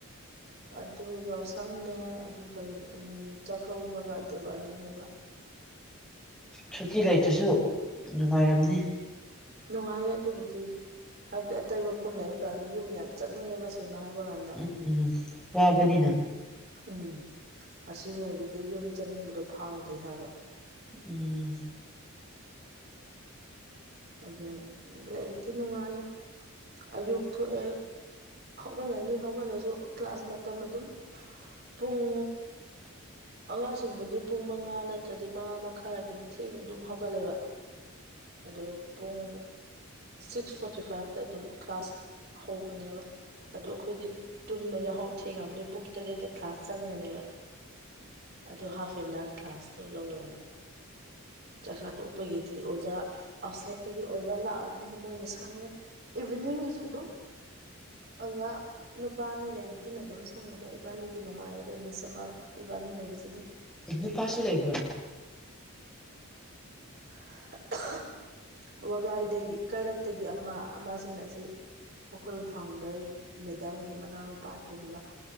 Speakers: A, on the right; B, in the centre.
A: <inaudible> ꯑꯗꯨ ꯌꯥꯎꯁꯪꯅꯦ ꯑꯗꯨ ꯀꯩꯅ ꯆꯥꯛꯀꯧꯕꯒ ꯗꯦꯋꯥꯂꯤꯅꯦꯕ <inaudible>
B: ꯁꯨꯇꯤ ꯂꯩꯇ꯭ꯔꯁꯨ ꯅꯨꯡꯉꯥꯏꯔꯝꯅꯤ
A: ꯅꯨꯡꯉꯥꯏꯌꯦ ꯑꯗꯨꯕꯨꯗꯤ ꯍꯥꯏꯕꯗꯤ ꯑꯇꯩ ꯃꯐꯝ ꯂꯩꯔꯀꯥꯟꯗ ꯌꯨꯝꯗ ꯌꯥꯝ ꯆꯠꯅꯤꯡꯉꯦꯕꯁꯦꯡ ꯣ ꯍꯥꯏꯕ ꯀꯥꯟꯗ
B: ꯎꯝ ꯋꯥꯕꯅꯤꯅ
A: ꯑꯗꯨꯒ ꯎꯝ ꯑꯁꯤ ꯂꯩꯕꯗ ꯌꯨꯝ ꯆꯠꯅꯤꯡꯕꯗꯣ ꯐꯥꯎꯗꯦ ꯍꯥꯏꯕ
B: ꯎꯝ
A: ꯑꯗꯨ ꯂꯩꯕꯗꯤ ꯅꯨꯡꯉꯥꯏꯌꯦ ꯑꯌꯨꯛ ꯊꯣꯛꯑꯦ ꯍꯧꯒꯠꯂꯅꯤ ꯍꯧꯒꯠꯂꯁꯨ ꯀ꯭ꯂꯥꯁ ꯃꯇꯝ ꯑꯗꯨꯝ ꯄꯨꯡ ꯑꯉꯥꯡꯁꯤꯡꯕꯨꯗꯤ ꯄꯨꯡ ꯃꯉꯥ ꯅꯠꯇ꯭ꯔꯗꯤ ꯃꯉꯥ ꯃꯈꯥꯏ ꯑꯗꯨꯝ ꯊꯦꯡꯅ ꯑꯗꯨꯝ ꯍꯧꯒꯠꯂꯦꯕ ꯑꯗꯣ ꯄꯨꯡ ꯁꯤꯛꯁ ꯐꯣꯔꯇꯤ ꯐꯥꯏꯚꯇ ꯑꯗꯨꯝ ꯀ꯭ꯂꯥꯁ ꯍꯧꯕꯅꯦꯕ ꯑꯗꯣ ꯍꯧꯖꯤꯛ ꯇꯨꯝꯕ ꯌꯥ ꯍꯧ ꯊꯦꯡꯉꯕ ꯂꯩ ꯄꯨꯡ ꯇꯔꯦꯠꯇ ꯀ꯭ꯂꯥꯁ ꯆꯪꯒꯅꯦꯕ ꯑ ꯍꯥꯐ ꯑꯦꯟ ꯑꯋꯥꯔ ꯀ꯭ꯂꯥꯁꯗꯣ ꯂꯧꯔꯅꯤ ꯆꯥꯛꯆꯥ ꯇꯣꯛꯄꯒꯤꯗꯤ ꯑꯣꯖꯥ ꯑꯥꯎꯠꯁꯥꯏꯗꯠꯇꯒꯤ ꯑꯣꯖꯥ ꯂꯥꯛꯑꯕꯅꯤꯅ ꯃꯣꯏꯅ ꯁꯪꯉꯦ ꯏꯚꯅꯤꯡ ꯖꯤꯗ ꯑꯣꯖꯥ ꯅꯨꯄꯥꯅꯤ ꯂꯩꯕꯗꯨꯅ ꯑꯗꯨꯝ ꯁꯪꯉꯦꯗ ꯏꯕꯥꯅꯤꯗꯤ ꯅꯨꯡꯉꯥꯏꯌꯦꯗ ꯃꯤꯁꯃ ꯏꯕꯥꯅꯤ ꯂꯩꯕ ꯍꯧꯁꯤꯗ
B: ꯏ ꯄꯁꯨ ꯂꯩ ꯂꯩꯕ
A: <unintelligible> ꯋꯥꯒꯥꯏꯗꯒꯤ ꯀꯩꯔꯛꯇꯒꯤ ꯑꯃ ꯑꯃꯁꯤꯡ ꯑꯁꯤ ꯑꯩꯈꯣꯏ ꯐꯥꯎꯟꯗꯔ ꯃꯦꯗꯥꯝꯒꯤ ꯃꯅꯥꯎꯅꯨꯄꯥ ꯇꯣꯝꯕ